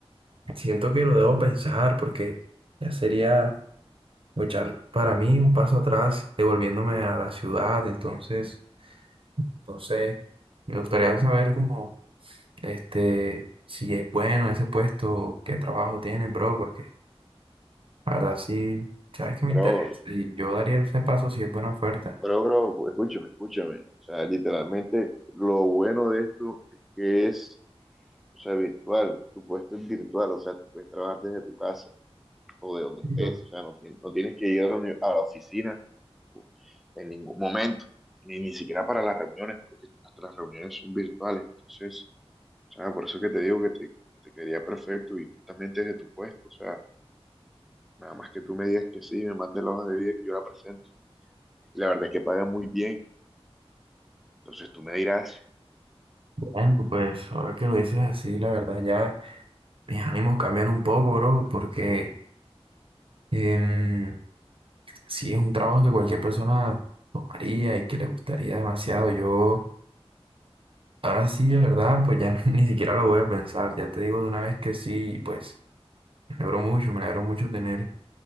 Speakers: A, on the right (about 60°); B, in the centre.
A: siento que lo debo pensar porque ya sería echar para mí un paso atrás devolviéndome a la ciudad, entonces, no sé, me gustaría saber cómo... Este, si es bueno ese puesto, qué trabajo tiene, bro, porque la verdad sí, sabes que
B: Bro,
A: me interesa. Y yo daría ese paso si es buena oferta.
B: bro, bro, escúchame, escúchame. O sea, literalmente lo bueno de esto es que es, o sea, virtual. Tu puesto es virtual, o sea, tú puedes trabajar desde tu casa o de donde
A: Y
B: estés.
A: yo,
B: O sea, no, tien- no tienes que ir a la, uni- a la oficina o- en ningún momento, ni, ni siquiera para las reuniones, porque hasta las reuniones son virtuales. Entonces, O sea, por eso que te digo que te, que te quedaría perfecto y justamente desde tu puesto. O sea, nada más que tú me digas que sí, me mandes la hoja de vida y yo la presento. Y la verdad es que paga muy bien. Entonces tú me dirás,
A: Bueno, pues ahora que lo dices así, la verdad ya mis ánimos cambian un poco, bro, porque em, sí es un trabajo que cualquier persona tomaría y que le gustaría demasiado. Yo ahora sí, de verdad, pues ya <laughs> ni siquiera lo voy a pensar. Ya te digo de una vez que sí, pues me alegro mucho, me alegro mucho tener